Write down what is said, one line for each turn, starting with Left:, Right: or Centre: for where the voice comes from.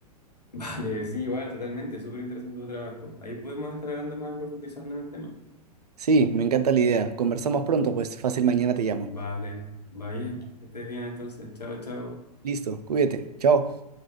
Left: <laughs> Vale, sí, igual, totalmente, súper interesante tu trabajo. Ahí podemos estar hablando más, profundizando en el tema.
Right: Sí, me encanta la idea. Conversamos pronto, pues fácil, mañana te llamo.
Left: Vale, va bien, que estés bien entonces, chao, chao.
Right: Listo, cuídate. Chao.